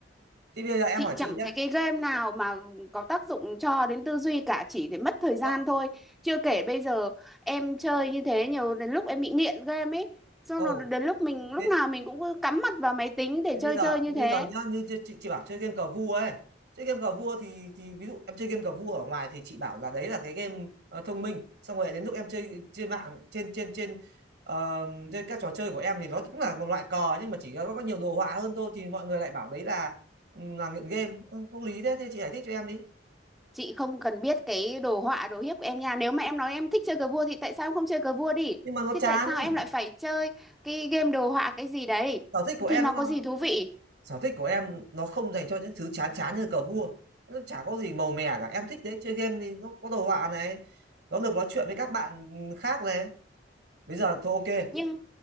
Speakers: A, on the right; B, in the centre.
A: thế bây giờ em
B: chị
A: hỏi
B: chẳng
A: chị nhá
B: thấy cái game nào mà có tác dụng cho đến tư duy cả chỉ để mất thời gian
A: ô
B: thôi chưa kể bây giờ em chơi như thế nhiều đến lúc em bị nghiện game ấy xong
A: ồ
B: rồi đến lúc mình lúc
A: thế
B: nào mình cũng cứ cắm mặt vào máy tính để
A: thế
B: chơi
A: bây giờ
B: chơi như
A: thế
B: thế
A: bây giờ nhá như chị, chị chị bảo chơi game cờ vua ấy chơi game cờ vua thì thì ví dụ em chơi game cờ vua ở ngoài thì chị bảo là đấy là cái game ờ, thông minh xong rồi đến lúc em chơi trên mạng trên trên trên ờ, trên các trò chơi của em thì nó cũng là một loại cờ nhưng mà chỉ có, có nhiều đồ họa hơn thôi thì mọi người lại bảo đấy là là nghiện game Ừ, vô lý thế thì chị giải thích cho em đi
B: chị không cần biết cái đồ họa đồ hiếp của em nha nếu mà em nói em thích chơi cờ vua thì tại sao em không chơi cờ vua đi
A: nhưng mà nó
B: thì
A: chán
B: tại sao em lại phải chơi cái game đồ họa cái gì đấy
A: sở thích của em
B: thì nó
A: là
B: có gì thú vị
A: sở thích của em nó không dành cho những thứ chán chán như cờ vua nó chả có gì màu mè cả em thích đấy chơi game thì nó có đồ họa này nó được nói chuyện với các bạn khác này bây giờ thôi ok
B: nhưng